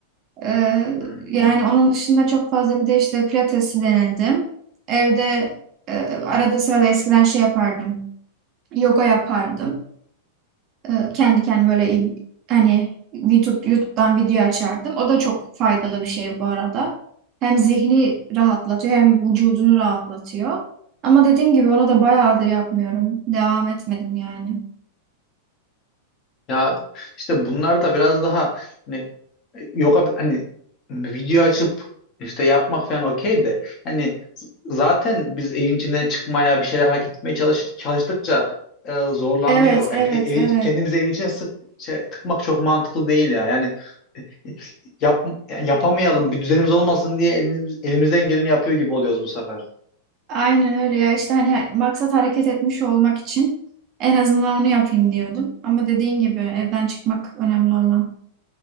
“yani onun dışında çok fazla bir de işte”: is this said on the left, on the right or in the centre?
Right